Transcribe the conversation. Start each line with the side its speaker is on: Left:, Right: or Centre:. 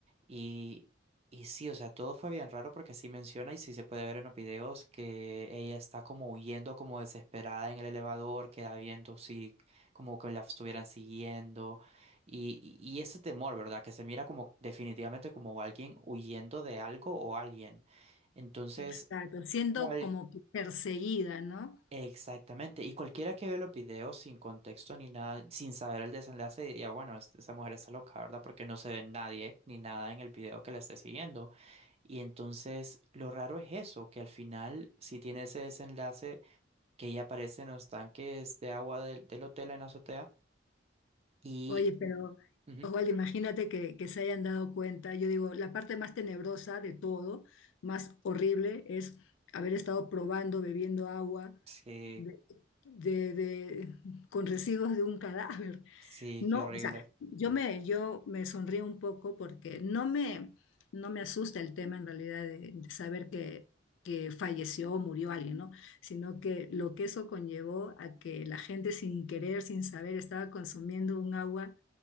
Right: y, y sí, o sea, todo fue bien raro porque sí menciona y sí se puede ver en los videos que ella está como huyendo como desesperada en el elevador, queda viendo si como que la estuvieran siguiendo y, y y ese temor, ¿verdad? Que se mira como definitivamente como alguien huyendo de algo o alguien. Entonces...
Left: Exacto, siendo
Right: cual
Left: como que perseguida, ¿no?
Right: Exactamente, y cualquiera que ve los videos sin contexto ni nada, sin saber el desenlace, diría, bueno, es- esa mujer está loca, ¿verdad? Porque no se ve nadie ni nada en el video que la esté siguiendo. Y entonces lo raro es eso, que al final si tiene ese desenlace que ella aparece en los tanques de agua del, del hotel en la azotea y...
Left: Oye, pero
Right: ujú,
Left: Osvaldo, imagínate que, que se hayan dado cuenta. Yo digo, la parte más tenebrosa de todo, más horrible, es haber estado probando, bebiendo agua
Right: Sí,
Left: de, de- de- con residuos de un cadáver.
Right: sí,
Left: No,
Right: qué horrible.
Left: o sea, yo me, yo me sonrío un poco porque no me, no me asusta el tema en realidad de, de saber que, que falleció o murió alguien, ¿no? Sino que lo que eso conllevó a que la gente sin querer, sin saber, estaba consumiendo un agua